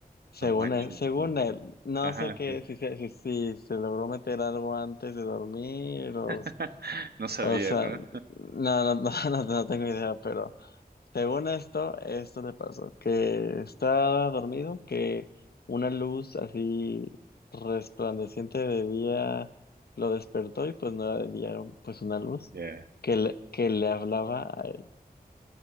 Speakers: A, on the left (about 75°); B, on the right (about 80°).
A: Según
B: No manches,
A: él, según
B: sí.
A: él, no
B: Ajá,
A: sé qué,
B: sí.
A: si se, si, si se logró meter algo antes de dormir o,
B: <laughs> No sabía,
A: o sea,
B: ¿no?
A: no, no, <laughs> no, no, no tengo idea, pero según esto, esto le pasó, que estaba dormido, que una luz así resplandeciente de día lo despertó y pues no era de día, era pues una luz
B: Ya.
A: que le, que le hablaba a él.